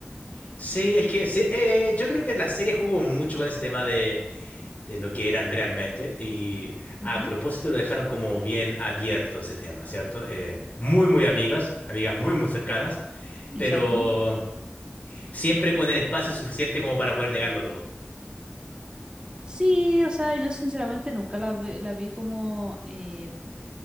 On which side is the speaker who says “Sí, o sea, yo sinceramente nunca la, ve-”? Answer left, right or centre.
Right